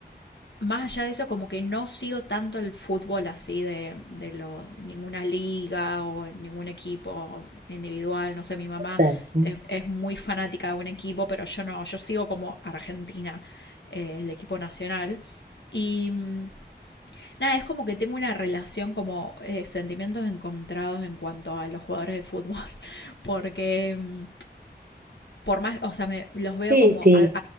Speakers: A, on the left; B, on the right.
A: más allá de eso, como que no sigo tanto el fútbol así de, de lo- ninguna liga o ningún equipo individual. No sé, mi mamá
B: Exacto.
A: es, es muy fanática de un equipo, pero yo no, yo sigo como Argentina, eh, el equipo nacional. Y mm, nada, es como que tengo una relación como eh, sentimientos encontrados en cuanto a los jugadores de fútbol, <laughs> porque mm, por más, o sea, me, los veo
B: Sí,
A: como,
B: sí.
A: ad,